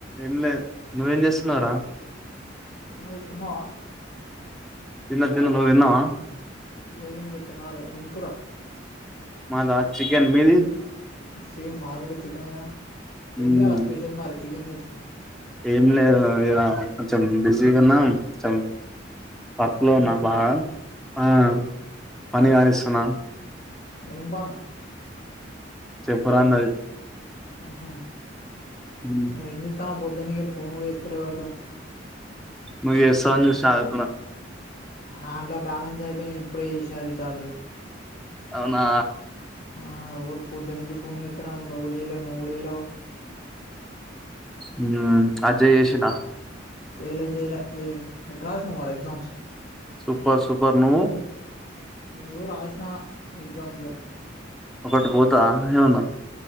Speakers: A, in the centre; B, on the left.
A: ఏమిలేద్ నువ్వేం చేస్తున్నావవ్ రా
B: ఏం లేద్ తిన్నావా
A: తిన్న తిన్న నువ్ తిన్నవా
B: లేదు ఇంకా తానాలి ఎంకురా
A: మా దా చికెన్ మీది
B: సేమ్ మాది కూడా చికనేగ
A: మ్మ్.
B: ఏంటి ఇయాల స్పెషల్ మరి చికెన్ తెచ్చిర్రు
A: ఏం లేదు కొంచెం బిజీగున్నాంచం పర్ఫలో
B: ఉహు
A: ఉన్నా బాగా ఆ పని కానిస్తున్నా
B: ఏం పని
A: చెప్పురాన్నది
B: ఆహ
A: మ్మ్.
B: ఏం చెత్తన్నావ్ బొద్దునే గిట్ల ఫోన్ కూడా చేతలేవ్గా ఇటు
A: నువ్ చేస్తవ్ అని చూసినా అదే పనిగా
B: నా దంట్లో బ్యాలెన్స్ అయిపోయి నేను ఇప్పుడే చేసినా రీచార్జ్
A: అవునా
B: ఆ ఓ లు పొద్దు నుంచి ఫోన్ చేస్తారు అనుకుంటా ఓలి వెయలే నువ్వు కూడా చేయలేవ్
A: ఉమ్ అజయ్ చేసిండా
B: చెయ్ల చెయ్ల ఎ ఎట్ రాసినావ్ మరి ఎగ్జామ్స్
A: సూపర్ సూపర్ నువు
B: ఏదో రాసిన ఎగ్జామ్స్గా
A: ఒకటి పోతా ఏమనా